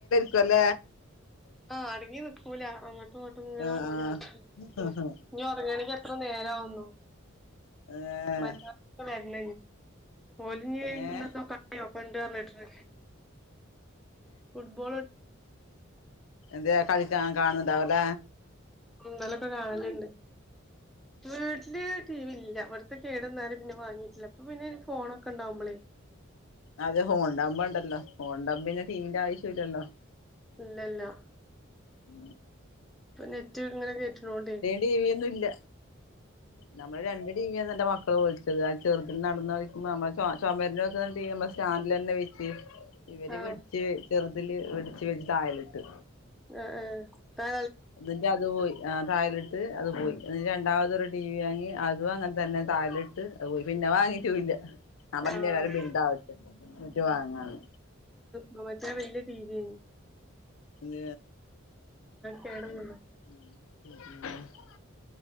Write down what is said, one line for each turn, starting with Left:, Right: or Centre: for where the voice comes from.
Left: കല
Centre: ആഹ അടുങ്ങി നക്കൂല അങ്ങോട്ടും ഇങ്ങോട്ടും ഇങ്ങനെ
Left: ആഹ്
Centre: ഓടി നടർത്തി
Left: ആഹ്
Centre: ഇനി ഉറങ്ങയാണെങ്കിൽ എത്ര നേരവുന്നു
Left: ഏഹ്
Centre: മറ്റ പി ഒലിഞ്ഞ ഇന്നന്തോ
Left: ഏഹ്
Centre: കിയോ കൊണ്ട പറഞ്ഞിട്ട ഫുട്ബല
Left: എന്തയ കളിക്കാൻ കാണുന്നുണ്ടാവല്ല
Centre: കുന്താലൊക്കെ കാണാലണ്ട് വീട്ടില് ടി വി ഇല്ല അവിടത്തെ കേടന്നാല പിന്നെ വാങ്ങീട്ടില്ല അപ്പൊ പിന്നെ എനിക്ക് ഫോണ ഒക്കെണ്ടാവകുമ്പോളേ ഉ
Left: അതെ ഹോൺണ്ടമ്പ ഉണ്ടല്ലോ ഹോൺണ്ടമ്പ പിന്നെ ടീമന്റെ ആവശ്യ ഇല്ലല്ലോ
Centre: ഇല്ലല്ല
Left: ഉ
Centre: ഇപ്പൊ നെറ്റ് ഇങ്ങനെ കേട്ടിണോണ്ടേ
Left: ടി വി ഒന്നും ഇല്ല നമ്മള് രണ്ടപടിങ്ങ എന്റെ മക്കള് വിളിച്ചത് അ ചെറു നടന്ന് കളിക്കുമ്പോ നമ്മ ചുമര വെക്കുന്നുണ്ട നമ്മ സ്റ്റാൻഡിൽ തന്നെ വെച്ച് ഇവര്
Centre: ആഹ്
Left: വെടിച്ച് ചെറുതില് വെടിച്ച വെച്ച് തായലിട്ട്
Centre: ആ ആ കാ
Left: എന്നിറെ അത് പോയി ആ തായലിട്ട് അത് പോയി അ രണ്ടാമതരു ടി വി വാങ്ങി അതും അങ്ങനെ തന്നെ താലിട്ട് അത്പയി പിന്നെ വാങ്ങിട്ടൂല്ല ആ പറഞ്ഞ
Centre: ആഹ്
Left: എല്ലും ബിരുദാവച്ച എന്നിട്ട് വാങ്ങാണ്
Centre: മമ്മറ്റാ വെിയ തീതിന്
Left: എന്ത <unintelligible>
Centre: കേടന്നതാ